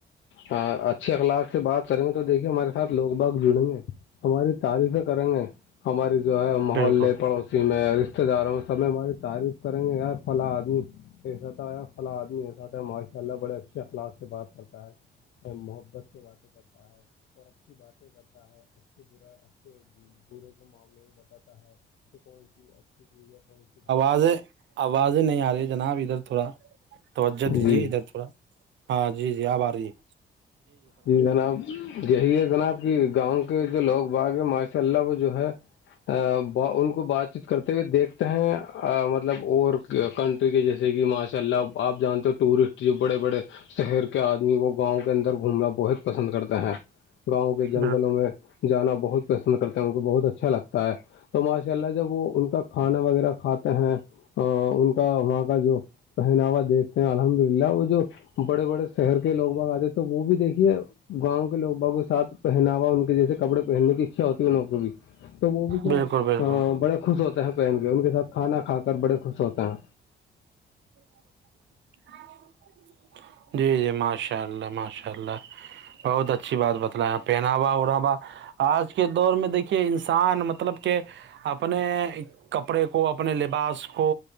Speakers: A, on the left; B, on the right.
A: ہاں اچھے اخلاق سے بات کریں گے تو دیکھیے ہمارے ساتھ لوگ بگ جڑیں گے ہماری تعریفیں کریں گے ہماری جو ہے ماحول
B: بالکل
A: لے پڑو ک میں رشتتے داروں سب ہماری تعریف کریں گے یار فلاں آدمی ایساتا فلا آدمی ایساتا ہے ماشا اللہ بڑے اچھا اخلاق سے بات کرتا ہے محبت سے باتیں کرتا ہے اور اچھی باتیں کرتا ہے اچھی برا اچھے برے سے معاملے میں بتاتا ہے کہ کون سی اچھی چیز ہے کون سی غلط
B: از
A: ہے
B: آوازیں نہیں آ رہی جناب ادھر تھوڑا توجہ دیجے
A: جی
B: ادھر تھوڑا ہاں جی جی آپ آ رہی ہے
A: جی جناب یہی ہے جناب کہ گاؤں کے جو لوگ باغ ہے ماشاء اللہ وہ جو ہے ان کو بات چیت کرتے ہوئے دیکھتے ہیں مطلب اور کنٹری کے جیسے کہ ماشاء اللہ آپ جانتے ہو ٹورسٹ جو بڑے بڑے شہر کے آدمی گاؤں کے اندر گھومنا بہت پسند کرتے ہیں گاؤں کے جنگلوں
B: بالکل
A: میں جانا بہت پسند کرتے ہیں ان کو بہت اچھا لگتا ہے تو ماشاء اللہ جب وہ ان کا کھانا وغیرہ کھاتے ہیں ان کا وہاں کا جو پہناوا دیکھتے ہیں الحمد للہ وہ جو بڑے بڑے شہر کے لوگ بگ آتے تھ تو وہ بھی دیکھ گاؤں کے لوگ بوں کے ساتھ پہناوا ان کے جیسے کپڑے پہننے کی اچھا ہوتی ہے نو بھی تو وہ بھی کیا
B: بالکل بالکل
A: بڑے خوش ہوتے ہیں پہن کے ان کے ساتھ کھانا کھا کر بڑے خوش ہوتے ہیں
B: <inaudible> جی جی ماشاء اللہ ماشاء اللہ بہت اچھی بات بتلا پہناوا ہو رہا با آج کے دور میں دیکھیے انسان مطلب کہ اپنے کپڑے کو اپنے لباس کو